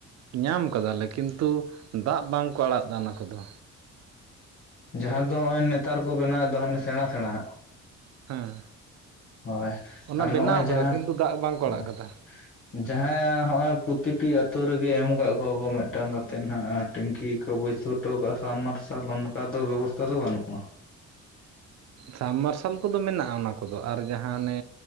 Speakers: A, on the right (about 60°); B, on the left (about 45°).
A: ᱧᱟᱢ ᱠᱟᱫᱟᱞᱮ ᱠᱤᱱᱛᱩ ᱫᱟᱜ ᱵᱟᱝᱠᱚ ᱟᱲᱟᱜ ᱫᱟ ᱚᱱᱟ ᱠᱚᱫᱚ᱾
B: ᱡᱟᱦᱟᱸ ᱫᱚ ᱱᱚᱜᱼᱚᱭ ᱱᱮᱛᱟᱨ ᱠᱚ ᱵᱮᱱᱟᱣᱮᱫ ᱫᱚ ᱦᱟᱱᱮ ᱥᱮᱬᱟ ᱥᱮᱬᱟ ᱟᱜ
A: ᱦᱮᱸ
B: ᱦᱳᱭ
A: ᱚᱱᱟ
B: ᱟᱨ
A: ᱵᱮᱱᱟᱣ
B: ᱱᱚᱜᱼᱚᱭ ᱡᱟᱦᱟᱸ
A: ᱠᱟᱫᱟ ᱠᱤᱱᱛᱩ ᱫᱟᱜ ᱵᱟᱝᱠᱚ
B: ᱦᱳᱭ
A: ᱟᱲᱟᱜ ᱠᱟᱫᱟ
B: ᱡᱟᱦᱟᱸ ᱦᱚᱜ-ᱚᱭ ᱯᱨᱚᱛᱤᱴᱤ ᱟᱛᱳ ᱨᱮᱜᱮ ᱮᱢ ᱟᱠᱟᱫ ᱠᱚᱣᱟ ᱠᱚ ᱢᱤᱫᱴᱟᱝ ᱠᱟᱛᱮᱜ ᱦᱟᱜ ᱟᱨ ᱴᱮᱝᱠᱤ ᱠᱚ ᱵᱟᱹᱭᱥᱟ. ᱣ ᱛᱚ ᱥᱟᱵ ᱢᱟᱨᱥᱟᱞ ᱚᱱᱠᱟ ᱫᱚ ᱵᱮᱵᱚᱥᱛᱷᱟ ᱫᱚ ᱵᱟᱹᱱᱩᱜᱼᱟ
A: ᱥᱟᱵᱢᱟᱨᱥᱟᱞ ᱠᱚᱫᱚ ᱢᱮᱱᱟᱜᱼᱟ ᱚᱱᱟ ᱠᱚᱫᱚ ᱟᱨ ᱡᱟᱦᱟᱸᱚᱱᱮ